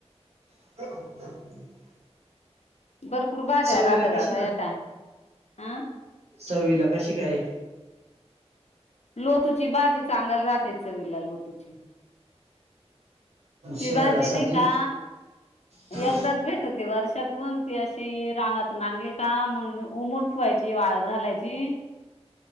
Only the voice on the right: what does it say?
<inaudible>
चवीला
कशी
सवीला कशी काय?
शरीरासाठी
हा.